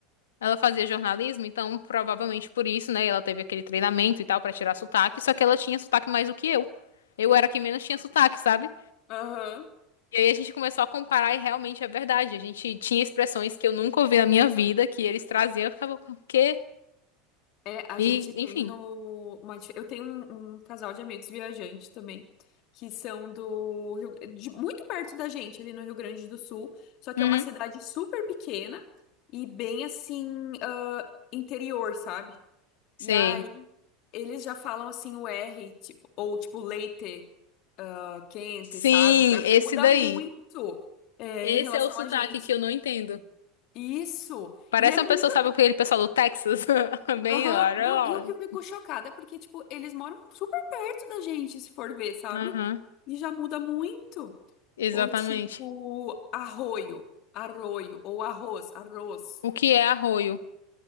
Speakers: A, on the left (about 75°); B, on the left (about 50°).
A: Ela fazia jornalismo, então provavelmente por isso, né? Ela teve aquele treinamento e tal pra tirar sotaque, só que ela tinha sotaque mais do que eu. Eu era a que menos tinha sotaque, sabe?
B: Aham.
A: E aí a gente começou a comparar e realmente é verdade. A gente tinha expressões que eu nunca ouvi na minha vida, que eles traziam, eu ficava, o quê?
B: É, a
A: E,
B: gente tem
A: enfim.
B: no. uma dif- eu tenho um, um casal de amigos viajantes também, que são do Rio, de- muito perto da gente, ali no Rio Grande do Sul. Só que
A: Uhum.
B: é uma cidade super pequena e bem assim, ah, interior, sabe?
A: Sim.
B: E aí eles já falam assim o R, tipo, ou tipo leite, ah, quente,
A: Sim,
B: sabe? Já
A: esse
B: muda
A: daí.
B: muito é,
A: Esse
B: em relação
A: é o sotaque
B: a gente.
A: que eu não entendo.
B: Isso.
A: Parece
B: E é muito.
A: uma pessoa, sabe, aquele pessoal do Texas? <laughs> Bem,
B: Aham.
A: olha.
B: Não,
A: ó.
B: e o que ficou chocada é porque, tipo, eles moram super perto da gente, se for ver, sabe?
A: Aham,
B: E já muda muito.
A: Exatamente.
B: Ou tipo, arroio, arroio, ou arroz, arroz.
A: O que é arroio?